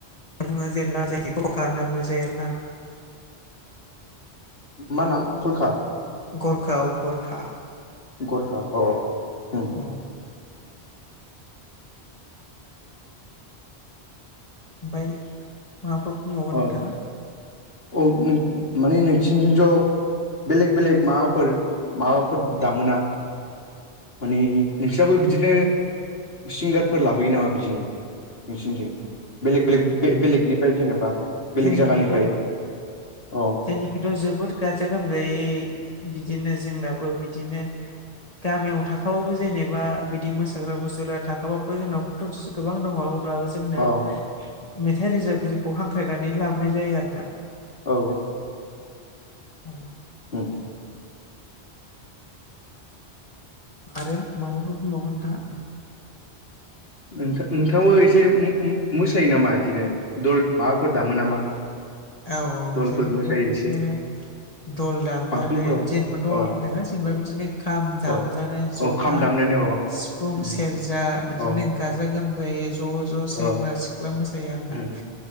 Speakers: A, on the left; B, on the left.
A: जोंहा जेनेबा जायखि <unintelligible> होनना बुंनाय जायो आरोना।
B: मा नाम खलखा।
A: गरखा औ गरखा।
B: गरखा अ ओम।
A: उम। ओमफ्राय माबाफोर बुंबावगोन
B: अ
A: नोंथांङा।
B: औ माने नोंसिनिजों ज'। बेलेग बेलेग माबाफोर माबाफोर दामोना? माने नोंसोरनाबो बिदिनो सिंगारफोर लाबोयो नामा बिदिनो नोंसिनिथिं बेलेग बेलेग बे बेलेगनिफ्राय जेनेबा? बेलेग
A: जोंनिखैथ
B: जायगानिफ्राय अ
A: जोंनिखैथ' जोबोद। गाजा गोमजायै इदिनो जोंनाबो बिदिनो गामियाव थाखाबाबो जेनेबा बिदि मोसाग्रा मुसुरग्रा थाखाबाबो जोंनावबोथ' गोबां दङ। अब्लाबो जोंना
B: अ
A: मेथाइ रोजाबगिरिखौ हांख्रायनानै लाबोनाय जायो आरोना।
B: औ।
A: औ
B: उम
A: आरो माबाफोर बुंबावगोन नोंथाङा?
B: नोंथां नोंथांङाबो एसे मो-मोसायो नामा इदिनो दल माबाफोर दामो नामा?
A: औ औ
B: दलफोर
A: जोंनिखैबो
B: मोसायो
A: बिदिनो
B: एसे
A: दल दामनानै
B: फांसनफोराव
A: जेनेबा दल।
B: अ
A: नङा जेनेबा बिदिनो खाम दामनानै
B: अ
A: जथा
B: अ खाम दामनानै अ
A: सिफुं
B: उम
A: सेरजा बिदिनो
B: अ
A: ओ गाजा गोमजायै ज' ज' सेंग्रा
B: अ
A: सिख्ला मोसायो आरो ना।
B: उम